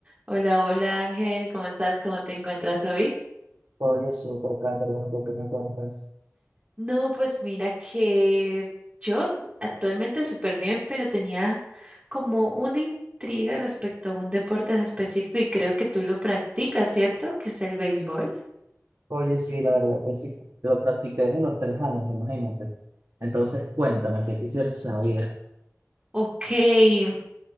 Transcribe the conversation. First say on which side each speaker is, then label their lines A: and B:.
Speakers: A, on the right (about 25°); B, on the right (about 65°).
A: Hola, hola Ángel, ¿cómo estás? ¿Cómo te encuentras hoy?
B: Oye, súper, Kate, bueno, tú que me cuentas.
A: No, pues mira que yo actualmente súper bien, pero tenía como una intriga respecto a un deporte en específico y creo que tú lo practicas, ¿cierto? Que es el béisbol.
B: Oye, sí, la verdad que sí. Lo practiqué desde los tres años, imagínate. Entonces, cuéntame, ¿qué quisieras saber?
A: Ok, <clears throat>